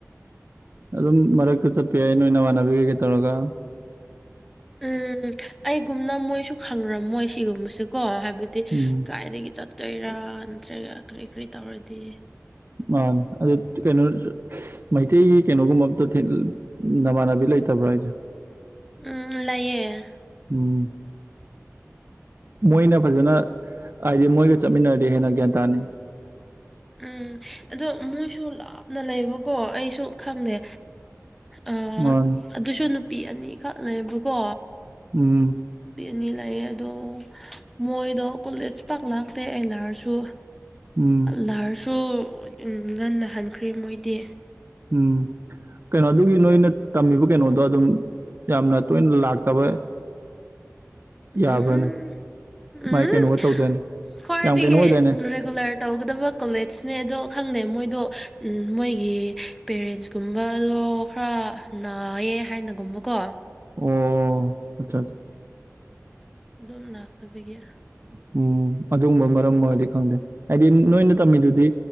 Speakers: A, on the right; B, in the centre.
A: ꯑꯗꯨꯝ ꯃꯔꯛꯇ ꯆꯠꯄ ꯌꯥꯏ ꯅꯣꯏꯅ ꯅꯃꯥꯟꯅꯕꯤ ꯀꯩꯒꯩ ꯇꯧꯔꯒ
B: ꯎꯝ ꯑꯩꯒꯨꯝꯅ ꯃꯣꯏꯁꯨ ꯈꯪꯔꯝꯃꯣꯏ ꯁꯤꯒꯨꯝꯕꯁꯦꯀꯣ ꯍꯥꯏꯕ ꯍꯥꯏꯕꯗꯤ
A: ꯎꯝ
B: ꯀꯥꯏꯗꯒꯤ ꯆꯠꯇꯣꯏꯔꯥ ꯅꯠꯇ꯭ꯔꯒ ꯀꯔꯤ ꯀꯔꯤ ꯇꯧꯔꯗꯤ
A: ꯃꯥꯅꯦ ꯑꯗꯨ ꯀꯩꯅꯣ ꯃꯩꯇꯩꯒꯤ ꯀꯩꯅꯣꯒꯨꯝꯕ ꯑꯝꯇ ꯅꯃꯥꯟꯅꯕꯤ ꯂꯩꯇꯕ꯭ꯔꯥ ꯍꯥꯏꯁꯦ
B: ꯎꯝ ꯂꯩꯌꯦ
A: ꯎꯝ ꯃꯣꯏꯅ ꯐꯖꯅ ꯍꯥꯏꯗꯤ ꯃꯣꯏꯒ ꯆꯠꯃꯤꯟꯅꯔꯗꯤ ꯍꯦꯟꯅ ꯒ꯭ꯌꯥꯟ ꯇꯥꯅꯤꯩ
B: ꯎꯝ ꯑꯗꯣ ꯃꯣꯏꯁꯨ ꯂꯥꯞꯅ ꯂꯩꯕꯀꯣ ꯑꯩꯁꯨ ꯈꯪꯗꯦ ꯑ
A: ꯃꯥꯅꯦ
B: ꯑꯗꯨꯁꯨ ꯅꯨꯄꯤ ꯑꯅꯤꯈꯛꯅꯦꯕꯀꯣ
A: ꯎꯝ
B: ꯑꯅꯤ ꯂꯩꯌꯦ ꯑꯗꯣ ꯃꯣꯏꯗꯣ ꯀꯣꯂꯦꯖ ꯄꯥꯛ ꯂꯥꯛꯇꯦ ꯑꯦ ꯂꯥꯔꯁꯨ
A: ꯎꯝ
B: ꯂꯥꯔꯁꯨ ꯉꯟꯅ ꯍꯟꯈꯔ꯭ꯦ ꯃꯣꯏꯗꯤ
A: ꯎꯝ ꯀꯩꯅꯣ ꯑꯗꯨꯒꯤ ꯅꯣꯏꯅ ꯇꯝꯃꯤꯕ ꯀꯩꯅꯣꯗ ꯑꯣ ꯑꯗꯨꯝ ꯌꯥꯝꯅ ꯇꯣꯏꯅ ꯂꯥꯛꯇꯕ ꯌꯥꯕ꯭ꯔꯥꯅꯦ
B: ꯎꯝ ꯎꯝ
A: ꯃꯥꯏ ꯀꯩꯅꯣꯒ ꯇꯧꯗꯥꯏꯅꯦ
B: ꯈꯋꯥꯥꯏꯗꯒꯤ
A: ꯌꯥꯝ ꯀꯩꯅꯣ ꯑꯣꯏꯗꯥꯏꯅꯦ
B: ꯔꯦꯒꯨꯂꯔ ꯇꯧꯒꯗꯕ ꯀꯣꯂꯦꯖꯅꯦ ꯑꯗꯣ ꯈꯪꯗꯦ ꯃꯣꯏꯗꯣ ꯃꯣꯏꯒꯤ ꯄꯦꯔꯦꯟꯁꯀꯨꯝꯕꯗꯣ ꯑꯣ ꯈꯔ ꯅꯥꯌꯦꯦ ꯍꯥꯏꯅꯒꯨꯝꯕꯀꯣ
A: ꯑꯣ ꯑꯠꯆꯥ ꯑꯠꯆꯥ
B: ꯑꯗꯨꯝ ꯂꯥꯛꯇꯕꯒꯤ
A: <inaudible> ꯎꯝ ꯑꯗꯨꯒꯨꯝꯕ ꯃꯔꯝ ꯑꯣꯏꯔꯗꯤ ꯈꯪꯗꯦ ꯍꯥꯏꯗꯤ ꯅꯣꯏꯅ ꯇꯝꯃꯤꯗꯨꯗꯤ